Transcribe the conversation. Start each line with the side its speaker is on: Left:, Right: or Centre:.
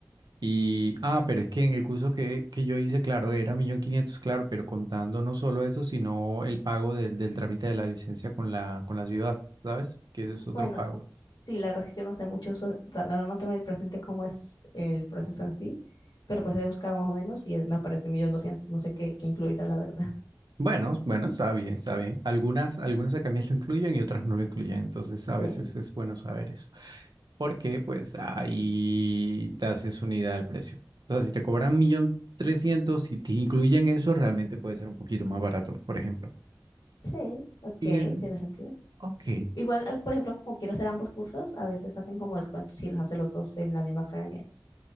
Right: Y, ah, pero es que en el curso que, que yo hice, claro, era millón quinientos, claro, pero contando no solo eso, sino el pago del del trámite de la licencia con la, con la ciudad, ¿sabes? Que ese es
Left: Bueno,
Right: otro pago.
Left: sí, la verdad es que yo no sé mucho sobre, o sea, la verdad no tengo el presente cómo es el proceso en sí, pero pues he buscado más o menos y es- me aparece millón doscientos. No sé qué, qué incluirá, la verdad. <laughs>
Right: Bueno, bueno, está bien, está bien. Algunas, algunas academias lo incluyen y otras no lo incluyen, entonces
Left: Sí,
Right: a veces es bueno saber eso. Porque pues ahí te haces una idea del precio. O
Left: sí,
Right: sea, si te cobran un millón trescientos y te incluyen eso, realmente puede ser un poquito más barato, por ejemplo.
Left: sí, ok,
Right: Y,
Left: tiene sentido.
Right: ok,
Left: Igual, eh, por ejemplo, como quiero hacer ambos cursos, a veces hacen como descuentos y los hace los dos en la misma academia.